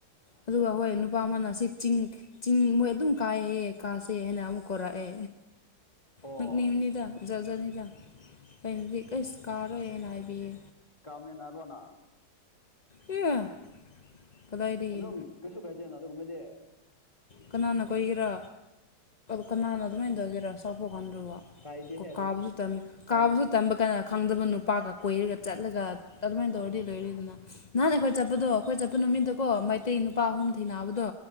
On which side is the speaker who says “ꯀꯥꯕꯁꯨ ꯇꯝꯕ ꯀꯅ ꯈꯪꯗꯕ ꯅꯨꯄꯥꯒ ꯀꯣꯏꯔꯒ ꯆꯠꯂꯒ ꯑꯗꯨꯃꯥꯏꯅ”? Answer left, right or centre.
Left